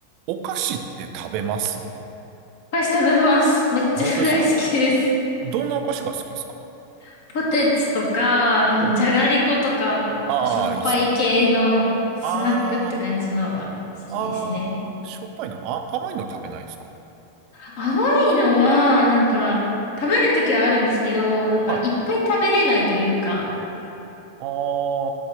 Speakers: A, on the right; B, on the left.
A: お菓子って食べますあ
B: お菓子食べます。めっちゃ大好きです。
A: 本当ですかどんなお菓子が好きですか
B: <laughs> ポテチとか、あの、
A: お、
B: じゃがりことか、
A: ああ、
B: 結構しょっぱい系のスナックって感じのが好きですね。
A: いいですね。あー、ああ、しょっぱいのあ、甘いの食べないですか
B: 甘いのは、なんか、食べるときはあるんですけど、なんか、
A: はい。
B: いっぱい食べれないというか、
A: あ